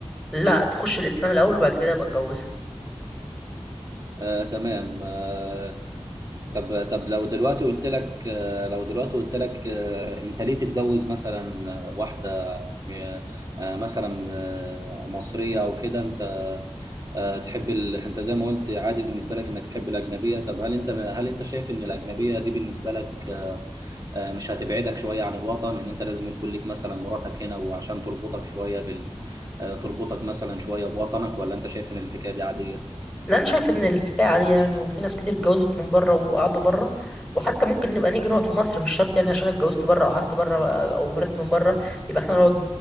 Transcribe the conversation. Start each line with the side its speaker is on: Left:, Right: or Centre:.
Centre: لا تخش الاسلام الاول وبعد كده ابقى اتجوزها
Right: آه، تمام آه، طب طب لو دلوقتي قلت لك آه، لو دلوقتي قلت لك آه، انت ليه تتجوز مثلا آه، واحده م- آه، مثلا آه، مصريه او كده انت آه، تحب ال... انت زي ما قلت عادي بالنسبه لك انك تحب الاجنبيه طب هل انت هل انت شايف ان الاجنبيه دي بالنسبه لك آه، آه، مش هتبعدك شويه عن الوطن ان انت لازم يكون ليك مثلا مراتك هنا وعشان تربطك شويه بال آه، تربطك مثلا شويه بوطنك ولا انت شايف ان الحكايه دي عاديه
Centre: لا انا شايف ان الحكايه عاديه يعني وفي ناس كتير اتجوزت من بره وقعدوا بره وحتى ممكن نبقى نيجي نقعد في مصر مش شرط يعني عشان أنا اتجوزت بره او قعدت بره او مراتي من بره يبقى احنا نقعد